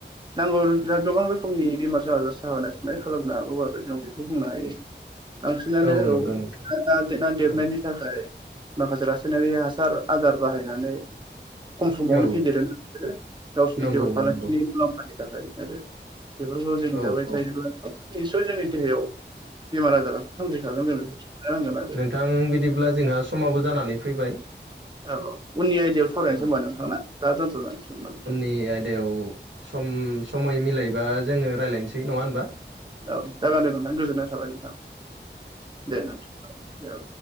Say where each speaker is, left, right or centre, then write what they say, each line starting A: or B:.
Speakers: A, on the right; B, on the right.
A: नांगौ <unintelligible> गोबां रोखोमनि बेमार आजार सागानाय सुनाय खालामनो हागौ आरो जों बेखौ बुंनो हायो। बांसिनानो
B: औ नंगौ नोंथां
A: औ देना देरनायनि
B: औ
A: थाखाय माखासे रासायनारि हासार आदार बाहायनानै खम समावनो
B: औ
A: फेदेरो <unintelligible> गावसिनि
B: नंगौ
A: बेहस फालांगिनि
B: नंगौ
A: मुलामफानि थाखाय आरो बेफोरखौ जों
B: औ
A: जाबाय
B: औ
A: थायोब्ला निस्सय जोंनि देहायाव बेमार आजाराथ सोमजिखागोन जों बेखौ <unintelligible> आरो
B: थां बिदिब्ला जोंहा समाबो जानानै फैबाय।
A: औ औ उननि आयदायाव सावरायनोसै
B: औ
A: होमबा ना नोंथां दा दोनथ'नांसिगोन होनबा नोंथां।
B: नि आयदायाव सम समय मिलायबा जोंङो रायजलायनोसै नङा होनबा?
A: औ जागोन दे नोंथां गोजोननाय थाबाय नोंथां दे नोंथां औ दे औ।